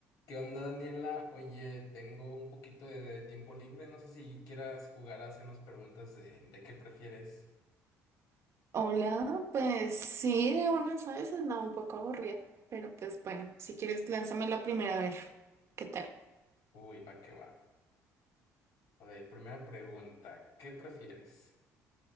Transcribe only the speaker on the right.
Hola, pues sí, de una, ¿sabes? Andaba un poco aburrida, pero pues bueno, si quieres, lánzame la primera a ver. ¿Qué tal?